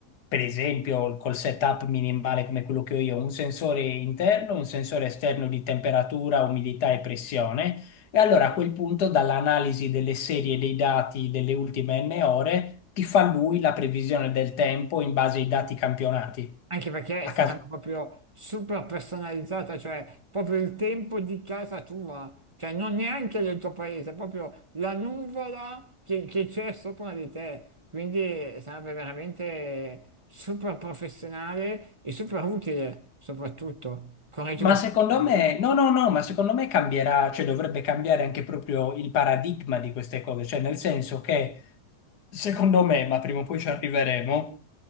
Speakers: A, on the left; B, on the right.
A: per esempio, col setup minimale come quello che ho io, un sensore interno, un sensore esterno di temperatura, umidità e pressione, e allora a quel punto dall'analisi delle serie dei dati delle ultime n ore ti fa lui la previsione del tempo in base ai dati campionati.
B: Anche perché
A: A
B: sarebbe
A: caso.
B: proprio super personalizzata, cioè proprio il tempo di casa tua, cioè non neanche del tuo paese, proprio la nuvola che che c'è sopra di te. Quindi sarebbe veramente super professionale e super utile, soprattutto. Correggimi
A: Ma secondo
B: se sbaglio.
A: me, no, no, no, ma secondo me cambierà, cioè dovrebbe cambiare anche proprio il paradigma di queste cose, cioè nel senso che Secondo me, ma prima o poi ci arriveremo,